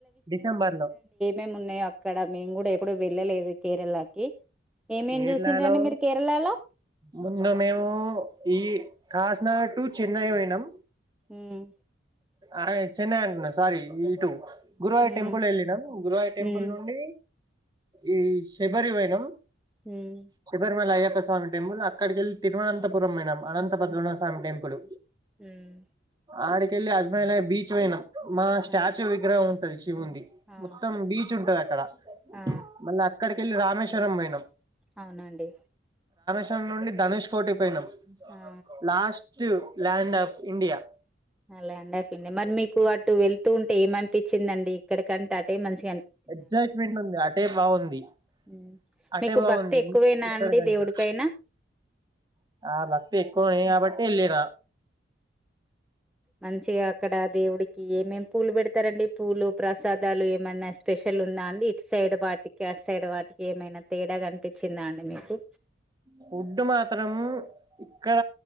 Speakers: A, on the right; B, in the centre.
A: డిసెంబర్ లో
B: ఎం ఉన్నాయ్ అక్కడ మేము కూడా ఎప్పుడూ వెళ్ళలేదు కేరళకి ఏమేం
A: కేరళలో
B: చూసిండ్రండి మీరు కేరళలో
A: ముందు మేము ఈ కా ష్ణ టూ చెన్నై పోయినాం
B: ఉమ్
A: అయ్ చెన్నై అంటున్న స్వారీ ఇటు గురువాయ్య
B: ఉమ్
A: టెంపుల్ ఎళ్ళినం గురువాయ్య టెంపుల్
B: ఉమ్
A: నుండి ఈ శబరి పొయినాం
B: ఉమ్
A: శబరిమల అయ్యప్ప స్వామి టెంపుల్ అక్కడికేళ్ళి తిరువనంతపురం పోయినాం అనంతపద్మనాథ స్వామి టెంపుల్
B: ఉమ్
A: ఆడికెళ్ళి అజ్మాలై బీచ్ పోయినా మా స్టాచ్యూ
B: ఆ
A: విగ్రహం ఉం శివుంది
B: ఆ
A: మొత్తం బీచ్ ఉంటది అక్కడ
B: ఆ!
A: మళ్ళీ అక్కడికేళ్ళి రామేశ్వరం పోయినం
B: అవునండి
A: చం నుండి ధనుష్ కోటి పోయినాం
B: ఆ
A: last land of India
B: land of India మరి మీకు అటు వెళ్తూ ఉంటే ఏమనిపిచిందండి ఇక్కడికంటే అటే మంచి
A: ఎగ్జైట్మెంట్ ఉంది అటే బాగుంది
B: హ్మ్
A: అటే
B: మీకు
A: బాగుంది
B: భక్తి ఎక్కువేనా
A: ఇక్కడికంటే
B: అండి దేవుడి పైన
A: ఆ భక్తి ఎక్కువనే కాబట్టి ఎళ్లిన
B: మంచిగా అక్కడ దేవుడి కి ఏమేం పూలు పెడతారంండి పూలు ప్రసాదాలు ఏమైనా స్పెషల్ ఉందా అండి ఇటు సైడ్ వాటికి సైడ్ వాటికి ఏమైనా తేడా కనిపిచిందా అండి మీకు
A: ఫుడ్ మాత్రం ఇక్కడ